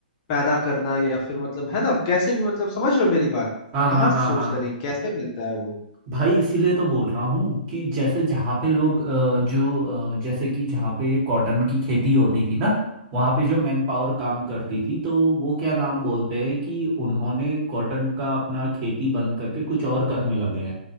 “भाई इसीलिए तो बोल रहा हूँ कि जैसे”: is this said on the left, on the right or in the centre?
Right